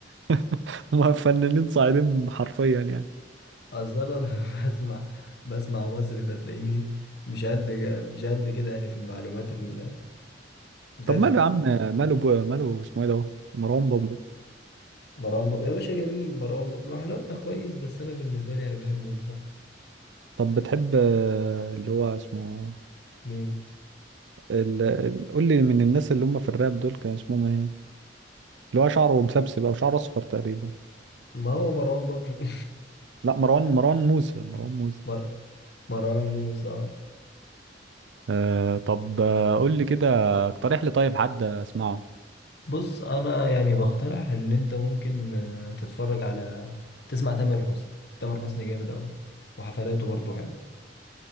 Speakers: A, on the right; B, on the left.
A: <laughs> هم فنانين صاعدين حرفيا يعني
B: <laughs> اصل انا ب- بسمع بسمع مصري فتلاقيني مش قد مش قد كده يعني في المعلومات ال- بتاعت
A: طب ماله
B: الفنانين
A: يا عم ماله بو- ماله اسمه ايه ده هو؟ مروان بابلو
B: مروان بابلو يا باشا جميل مروان بابلو احنا قلنا كويس بس انا بالنسبه لي انا بحب ويجز أكتر.
A: طب بتحب آه، اللي هو اسمه
B: مين
A: ال... قول لي من الناس اللي هم في الراب دول كان اسمهم ايه اللي هو شعره مسبسب او شعره اصفر تقريبا
B: ما هو مروان بابلو
A: لا مروان مروان موسى مروان
B: <laughs>
A: موسى
B: مر... مروان موسى
A: آه طب آه، قول لي كده اقترح لي طيب حد اسمعه
B: بص انا يعني بقترح ان انت ممكن آه، تتفرج على تسمع تامر حسني تامر حسني جامد قوي وحفلاته برضه حلو